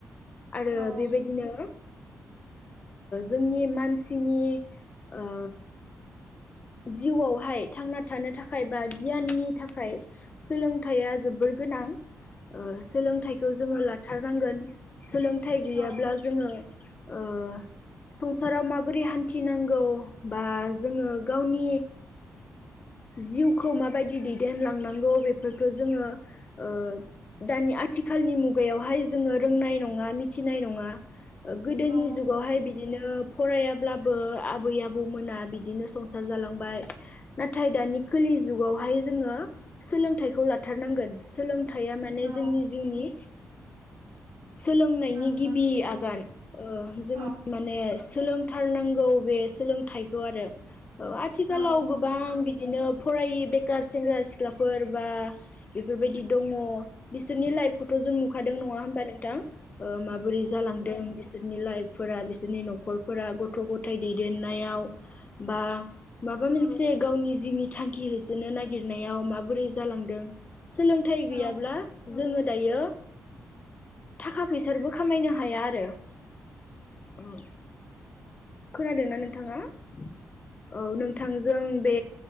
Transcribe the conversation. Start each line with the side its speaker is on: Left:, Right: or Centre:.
Left: आरो
Right: औ
Left: बेबायदिनो जोंनि मानसिनि ओ जिउआवहाय थांना थानो थाखाय बा गियाननि थाखाय सोलोंथाइया जोबोर गोनां। ओ सोलोंथाइखौ जोङो लाथारनांगोन सोलोंथाइ गैयाब्ला
Right: औ
Left: जोङो ओ संसाराव माबोरै हान्थि नांगौ बा जोङो गावनि जिउखौ माबायदि दैदेनलांनांगौ बेफोरखौ जोङो ओ दानि आथिखालनि मुगायावहाय जोङो रोंनाय नङा मिथिनाय नङा गोदोनि
Right: औ
Left: जुगावहाय बिदिनो फरायाब्लाबो आबै आबौमोना बिदिनो जालांबाय नाथाय दानि खालि जुगावहाय जोङो सोलोंथखौ हाथारनांगोन सोलोंथाइया माने
Right: औ
Left: जोंनि जिउनि सोलोंनायनि
Right: नांथार
Left: गिबि
Right: औ
Left: आगान जों
Right: औ
Left: माने सोलोंथारनांगौ बे सोलोंथाइखौ आरो औ आथिखालाव
Right: औ औ
Left: गोबां बिदिनो फरायै बेखार सेंग्रा सिख्लाफोर बा बेफोरबायदि दङ बिसोरनि लाइफखौ थ' जों नुखादों नङा होमबा नोंथां माबोरै जालांदों बिसोरनि लाइफफोरा बिसोरनि न'खरफोरा गथ' गथाय दैदेननायाव बा माबा मोनसे गावनि जिउनि थांखि होसोनो नागिरनायाव माबोरै जालांदों सो लोंथाइ
Right: औ
Left: गैयाब्ला जोङो दायो थाखा फैसो खामायनो हाया आरो <unintelligible> खोनादोंना नोंथाङा औ नोंथांजों बे